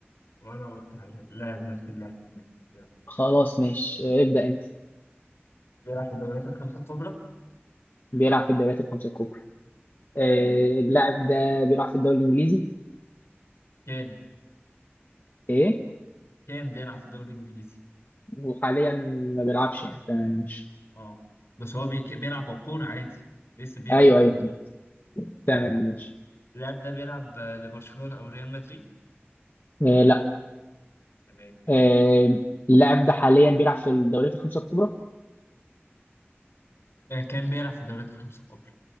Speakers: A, on the left; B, on the left.
A: وانا قلت على لاعب نفس اللاعب في دماغي يلا
B: خلاص ماشي آه، ابدأ انت
A: بيلعب في الدوريات الخمسة الكبرى
B: بيلعب في الدوريات الخمسة الكبرى آه
A: تمام
B: اللاعب ده بيلعب في الدوري الانجليزي
A: كان
B: ايه
A: كان بيلعب في الدوري الانجليزي
B: وحاليا ما بيلعبش يعني تمام ماشي
A: اه بس هو بيك- بيلعب على الكورة عادي لسه بيلعب
B: ايوه
A: لحد
B: ايوه فهمت. تمام ماشي
A: اللاعب ده بيلعب لبرشلونة أو ريال مدريد
B: آه لا
A: تمام
B: آه اللاعب ده حاليا بيلعب في الدوريات الخمسة الكبرى
A: آه، كان بيلعب في الدوريات الخمسة الكبرى